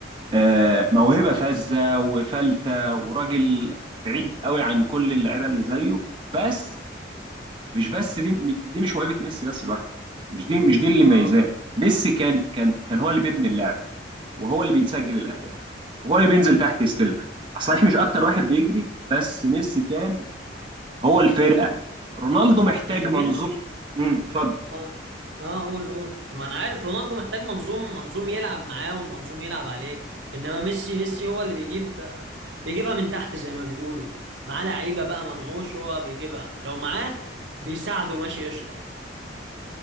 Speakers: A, on the right; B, on the right.
A: آه، موهبة فذة وفلتة وراجل بعيد قوي عن كل اللعيبة اللي زيه بس مش بس دي دي مش موهبة ميسي بس لوحده مش دي مش دي اللي
B: اه
A: مميزاه ميسي كان كان كان هو اللي بيبني اللعب وهو اللي بيسجل الأهداف وهو اللي بينزل تحت يستلم صحيح مش أكتر واحد بيجري بس ميسي كان هو الفرقة رونالدو محتاج
B: اللي
A: منظوم
B: بين
A: امم اتفضل
B: اه اه قول قول ما انا عارف رونالدو محتاج منظوم منظوم يلعب معاه ومنظوم يلعب عليه انما ميسي ميسي هو اللي بيجيب بيجيبها من تحت زي ما بيقولوا معاه لعيبه بقى ممعوش هو بيجيبها لو معاه بيساعده ماشي قشطه